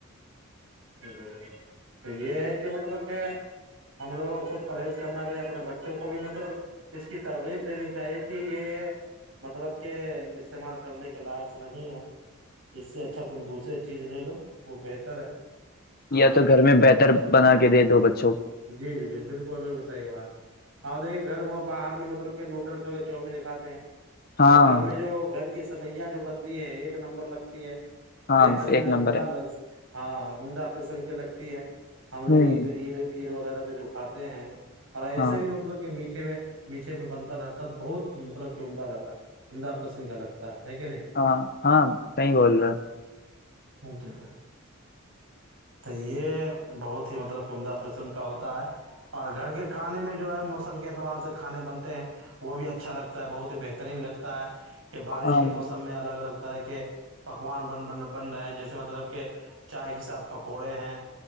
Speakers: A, on the right; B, on the left.
A: تو یہ ہے کہ مطلب کہ ہم لوگوں خود پرہیز کرنا گے اپنے بچوں کو کو بھی مطلب اس کی ترغیب دینی چاہیے کہ یہ مطلب کہ استعمال کرنے کے لائق نہیں ہے اس سے اچھا تم دوسریے چیز لے لو وہ بہتر ہے ہاں
B: یا تو گھر میں بہتر بنا کے دے دو بچے
A: جی جی جی بالکل بالکل صحیح بات آپ دیکھیے گھر میں باہر میں مطلب کہ نوڈلذ وغیر چامین کھاتے ہیں
B: ہاں
A: آپ گھر میں جو گھر کی یہ سویا جو بنتی ہے ایک نمبر لگتی ہے
B: ہاں
A: بہترین
B: ایک
A: عمدہ
B: نمبر ہے
A: لفظ ہاں عمدہ قسم کی لگتی ہے ہم لوگ
B: ہوں
A: عید عید عید وغیرہ پہ جو کھاتے ہیں اور ایسے
B: ہاں
A: بھی مطلب کہ میٹ میٹے میں بنتا رہتا ہے تو بہت مطلب کہ عمدہ رہتا ہے عمدہ قسم کا لگتا ہے کہ نہیں
B: ہاں ہاں صی بول رہے
A: جی تو یہ بہت ہی مطلب کہ عمدہ قسم کا ہوتا ہے اور گھر کے کھانے میں جو ہے موسم کے اعتبار سے کھانے بنتے ہیں وہ بھی اچھا لگتا ہے بہت ہی بہترین لگتا ہے کہ بارش
B: ہاں
A: کے موسم میں الگ الگ طرح کے پکوان بن بن رہے ہیں جیسے مطلب کہ چائے کے ساتھ پکوڑے ہیں